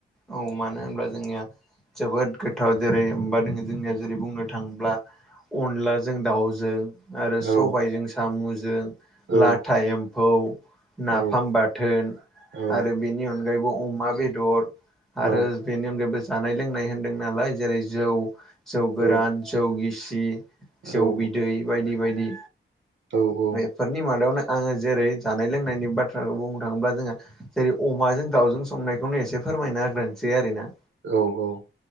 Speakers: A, in the centre; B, on the right.
A: औ मानो होनब्ला जोंनिया जोबोद गोथाव जेरै ओमबा दोङो जोंनिया जेरै बुंनो थांब्ला अनलाजों दाउजों आरो सबायजों
B: औ
A: सामुजों,
B: औ
A: लाथा एम्फौ नाफाम
B: औ
A: बाथोन
B: औ
A: आरो बेनि अनगायैबो अमा बेदर।
B: औ
A: आरो बेनि अनगायैबो जानाय लोंनाय होन्दों नालाय जेरै जौ जौ गोरान
B: औ
A: जौ गिसि जौ
B: औ
A: बिदै बायदि बायदि।
B: औ औ
A: बेफोरनि मादायावनो आङो जेरै जानाय लोंनायनि बाथ्राखौ बुंनो थाङोब्ला जोङो जेरै अमाजों दाउजों संनायखौनो एसे फोरमायना हाग्रोनोसै आरो ना।
B: औ औ